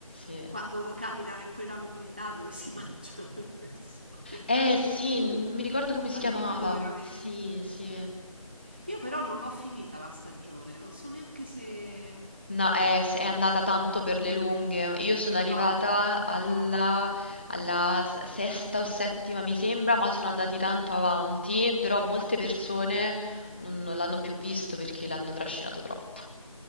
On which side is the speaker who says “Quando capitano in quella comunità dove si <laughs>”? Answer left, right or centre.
Right